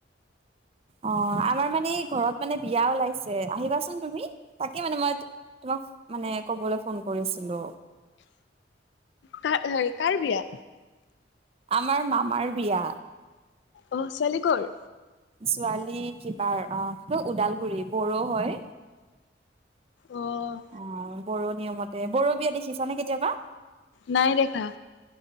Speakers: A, on the right; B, on the left.
A: অ আমাৰ মানে ঘৰত মানে বিয়া ওলাইছে আহিবাচোন তুমি তাকে মানে মই তো তোমাক মানে কবলৈ ফোন কৰিছিলো।
B: কাৰ কাৰ বিয়া?
A: আমাৰ মামাৰ বিয়া।
B: আহ ছোৱালী কৰ?
A: ছোৱালী কিবা অহ কি কয় ওদালগুৰি বড়ো হয়।
B: অ',
A: অ', বড়ো নিয়মতে বঢ়ো বিয়া দেখিছা নে কেতিয়াবা?
B: নাই দেখা।